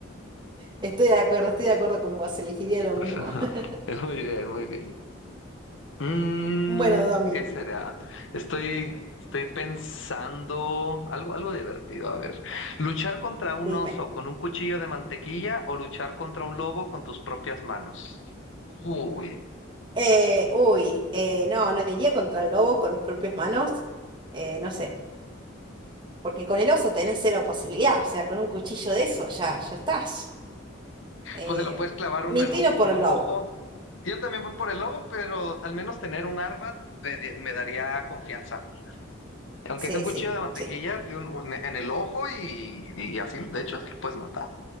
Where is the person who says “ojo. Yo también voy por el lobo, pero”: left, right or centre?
Left